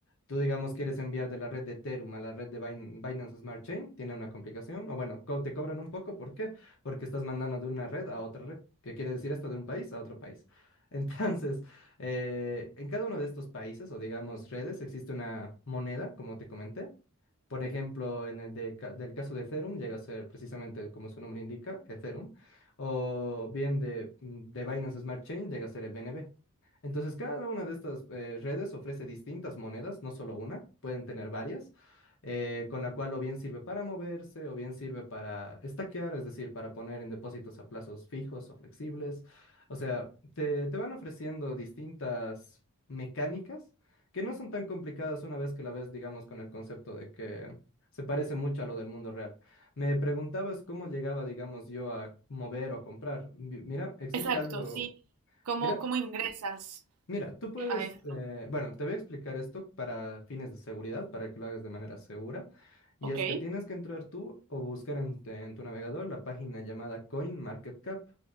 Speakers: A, on the left; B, on the right.
A: Tú, digamos, quieres enviar de la red de Ethereum a la red de Bin- Binance Smart Chain, tiene una complicación, o bueno, co- te cobran un poco, ¿por qué? Porque estás mandando de una red a otra red. ¿Qué quiere decir esto? De un país a otro país. <laughs> Entonces, eh, en cada uno de estos países, o digamos redes, existe una moneda, como te comenté, por ejemplo, en el de ca- del caso de Ethereum, llega a ser precisamente como su nombre indica, Ethereum, o bien de, mm, de Binance Smart Chain, llega a ser el BNB. Entonces, cada una de estas eh, redes ofrece distintas monedas, no solo una, pueden tener varias, eh, con la cual o bien sirve para moverse, o bien sirve para estaquear, es decir, para poner en depósitos a plazos fijos o flexibles. O sea, te, te van ofreciendo distintas mecánicas que no son tan complicadas una vez que la ves, digamos, con el concepto de que se parece mucho a lo del mundo real. Me preguntabas cómo llegaba, digamos, yo a mover o a comprar. Mi- Mira, existe
B: Exacto,
A: algo.
B: sí. ¿Cómo,
A: Mira,
B: cómo ingresas?
A: Mira, tú puedes,
B: A esto.
A: eh, bueno, te voy a explicar esto para fines de seguridad, para que lo hagas de manera segura. Y
B: Ok.
A: es que tienes que entrar tú o buscar en, te- en tu navegador la página llamada CoinMarketCap.